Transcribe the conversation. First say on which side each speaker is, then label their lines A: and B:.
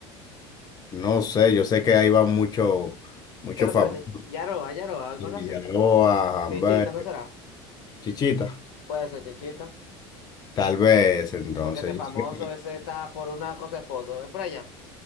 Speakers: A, on the left; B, on the left.
A: no sé, yo sé que ahí va mucho, mucho
B: ¿Qué es lo
A: famoso,
B: que venden? Yaroa, Yaroa,
A: Figueroa,
B: cosas así.
A: Hamburger,
B: Chichita, ¿no será?
A: Chichita,
B: Puede ser chichita.
A: tal vez, entonces,
B: Porque ese
A: yo
B: famoso,
A: sé que-
B: ese está por una cosa de foto. Es por allá.